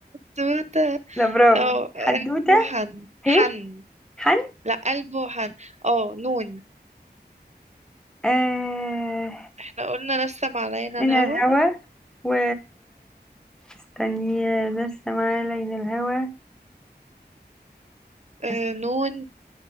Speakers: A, on the right; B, in the centre.
A: سودة
B: لا برافو
A: اه
B: حدوتة
A: قلب وحن
B: هي
A: حن
B: حن
A: لا قلب وحن اه نون
B: آه
A: احنا قلنا نسم علينا
B: من
A: الهوى
B: الهوا و استني لسه معايا لين الهوا
A: آه
B: است-
A: نون